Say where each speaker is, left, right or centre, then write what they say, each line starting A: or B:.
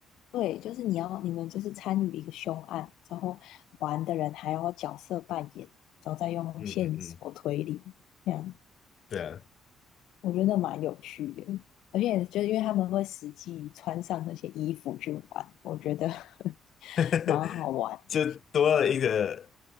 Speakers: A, on the left; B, on the left.
A: 对，就是你要你们就是参与一个凶案，之后玩的人还要角色扮演，然后再用线索推理，
B: 嗯嗯嗯，
A: 这样。
B: 对啊，
A: 我觉得蛮有趣的，而且就是因为他们会实际穿上那些衣服去玩，我觉得 <laughs>
B: <laughs>
A: 蛮好玩的，
B: 就多了一个